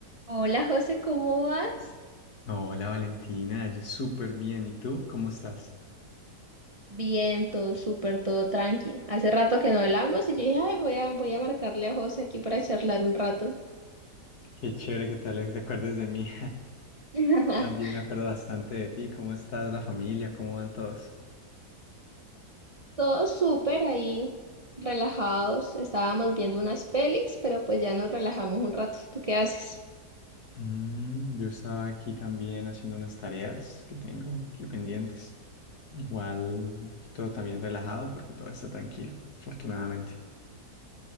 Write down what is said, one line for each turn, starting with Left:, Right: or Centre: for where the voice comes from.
Right: Hola José, ¿cómo vas?
Left: Hola Valentina, yo súper bien. ¿Y tú? ¿Cómo estás?
Right: Bien, todo súper, todo tranqui. Hace rato que no hablamos y yo dije, ay, voy a, voy a marcarle a José aquí para charlar un rato.
Left: Qué chévere que tal vez te acuerdes de mí.
Right: <laughs>
Left: <laughs> También me acuerdo bastante de ti. ¿Cómo estás, la familia? ¿Cómo van todos?
Right: Todo súper ahí, relajados. Estábamos viendo unas pelis, pero pues ya nos relajamos un rato. ¿Tú qué haces?
Left: Mm, yo estaba aquí también haciendo unas tareas que tengo aquí pendientes. Igual un poquito también relajado porque todo está tranquilo, afortunadamente.